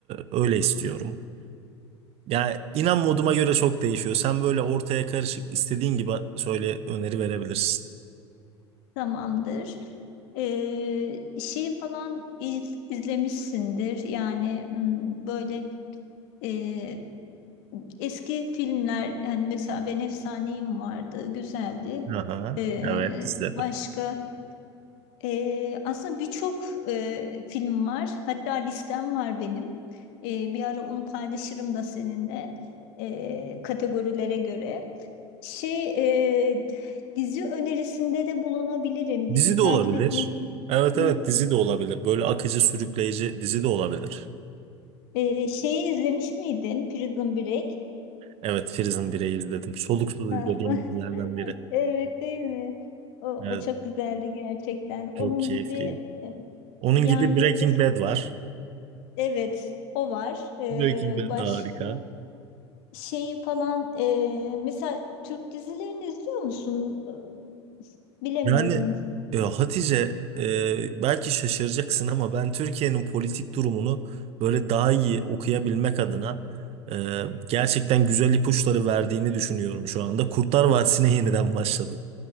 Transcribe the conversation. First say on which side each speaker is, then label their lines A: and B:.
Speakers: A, on the right; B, on the left.
A: öyle istiyorum. Yani inan moduma göre çok değişiyor. Sen böyle ortaya karışık istediğin gibi söyle öneri verebilirsin.
B: Tamamdır. E, şey falan iz- izlemişsindir. Yani m, böyle e, eski filmler hani mesela Ben Efsaneyim vardı, güzeldi.
A: Aha,
B: E,
A: evet izledim.
B: başka. Ee, aslında birçok e, film var. Hatta listem var benim. Ee, bir ara onu paylaşırım da seninle ee, kategorilere göre. Şey e, dizi önerisinde de bulunabilirim. Dizi
A: Dizi
B: takip
A: de olabilir.
B: etmeyi.
A: Evet
B: Hı
A: evet
B: hı.
A: dizi de olabilir. Böyle akıcı sürükleyici dizi de olabilir.
B: Ee, şeyi izlemiş miydin? Prison Break.
A: Evet Prison Break'i izledim. Soluksuz
B: Ha,
A: izlediğim
B: o- <laughs>
A: dizilerden biri.
B: evet değil mi? O, o
A: Evet
B: çok güzeldi gerçekten. Onun
A: çok keyifliydi.
B: gibi e,
A: Onun
B: yani
A: gibi Breaking
B: mes-
A: Bad var.
B: evet o var. Ee,
A: Breaking Bad
B: başka.
A: da harika.
B: şeyi falan e, mesela Türk dizilerini izliyor musun? E, Bilemiyorum.
A: Yani e, Hatice e, belki şaşıracaksın ama ben Türkiye'nin politik durumunu böyle daha iyi okuyabilmek adına e, gerçekten güzel ipuçları verdiğini düşünüyorum şu anda. Kurtlar Vadisi'ne yeniden başladım.